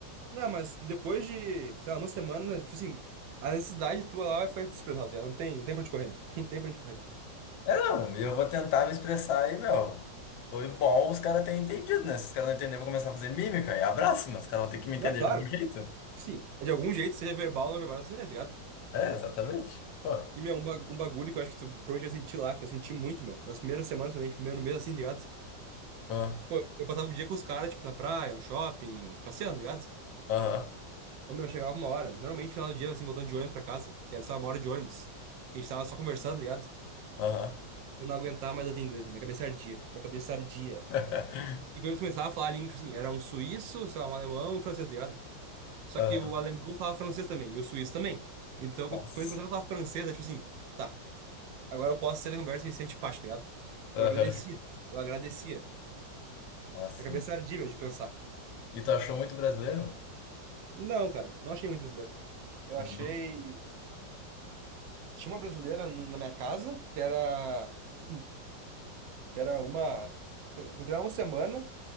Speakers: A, on the right; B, on the left.
A: Não, mas depois de, sei lá, uma semana, tipo assim, a necessidade tua lá vai fazer tu expressar, tá ligado? Não tem, não tem pra onde correr, meu. <laughs> Não tem pra onde correr.
B: É, não, e eu vou tentar me expressar e, meu, foi bom os caras terem entendido, né? Se os caras não entenderem, eu vou começar a fazer mímica e abraço, mas os caras vão ter que me entender
A: Não, claro.
B: de algum jeito.
A: Sim, de algum jeito, seja verbal ou não verbal, você tá ligado?
B: É, exatamente. Pô,
A: E, meu, um, ba- um bagulho que eu acho que tu provavelmente vai sentir lá, que eu senti muito, meu. Nas primeiras semanas, principalmente, primeiro mês, assim, tá ligado?
B: ah,
A: Pô, eu passava o dia com os caras, tipo, na praia, no shopping, passeando, tá ligado?
B: aham,
A: Ô, meu, chegava uma hora. Normalmente, no final do dia, assim, voltando de ônibus pra casa, que era, sei lá, uma hora de ônibus. Que a gente tava só conversando, tá ligado?
B: aham.
A: Eu não aguentava mais ouvir inglês, meu. minha cabeça ardia, minha cabeça ardia.
B: <laughs>
A: E quando eles começavam a falar a língua, tipo assim, era um suíço, sei lá, um alemão e um francês, tá ligado? Só
B: Aham.
A: que o alemão falava francês também, e o suíço também. Então, quando
B: Nossa.
A: eles começavam a falar francês, era tipo assim, tá. Agora eu posso ser Humberto Vicente Paz, tá ligado?
B: Aham.
A: Eu agradecia. Eu agradecia.
B: Nossa.
A: Minha cabeça
B: meu.
A: ardia, meu, de pensar.
B: E tu achou muito brasileiro?
A: Não, cara, não achei muito brasileiro. Eu
B: Não.
A: achei. Tinha uma brasileira no- na minha casa, que era. Que era uma. Encontrei ela uma semana.